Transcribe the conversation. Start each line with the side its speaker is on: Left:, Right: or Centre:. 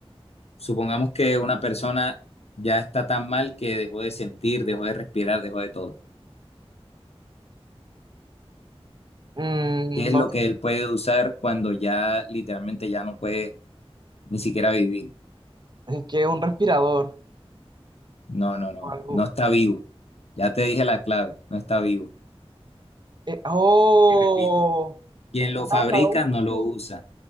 Left: supongamos que una persona ya está tan mal que dejó de sentir, dejó de respirar, dejó de todo.
Right: Mm,
Left: ¿Qué es
Right: no
Left: lo que él puede usar cuando ya literalmente ya no puede ni siquiera vivir?
Right: sé, ¿qué? Un respirador
Left: No, no, no,
Right: o algo.
Left: no está vivo. Ya te dije la clave, no está vivo.
Right: Eh, ¡Oh!
Left: Y repito, quien
Right: Un
Left: lo fabrica
Right: ataúd.
Left: no lo usa.